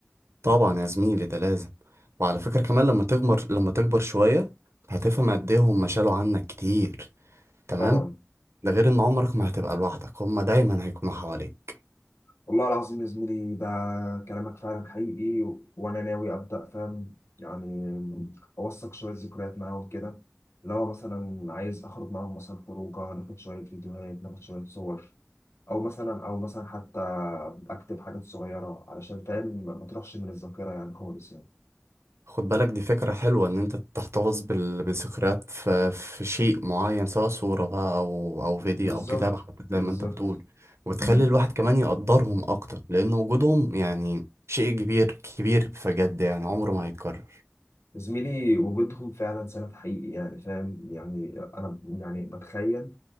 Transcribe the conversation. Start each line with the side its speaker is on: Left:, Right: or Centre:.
Right: طبعا يا زميلي ده لازم وعلى فكره كمان لما تكبر لما تكبر شويه هتفهم قد ايه هما شالوا عنك كتير تمام
Left: طبعا
Right: ده غير ان عمرك ما هتبقى لوحدك هما دايما هيكونوا حواليك
Left: والله العظيم يا زميلي ده كلامك فعلا حقيقي و- وانا ناوي ابدا فاهم يعني اوثق شويه ذكريات معاهم كده لو مثلا عايز اخرج معاهم مثلا خروجه ناخد شويه فيديوهات ناخد شويه صور او مثلا او مثلا حتى اكتب حاجات صغيره علشان فاهم ما تروحش من الذاكره يعني خالص يعني
Right: خد بالك دي فكرة حلوة ان انت تحتفظ بال- بذكريات في, في شيء معين سواء صورة بقى او او فيديو
Left: بالظبط
Right: او كتاب حتى
Left: بالظبط
Right: زي ما انت بتقول وبتخلي
Left: مم.
Right: الواحد كمان يقدرهم اكتر لان وجودهم يعني شيء كبير كبير بجد يعني عمره ما هيتكرر
Left: زميلي وجودهم فعلا سند حقيقي يعني فاهم يعني انا يعني بتخيل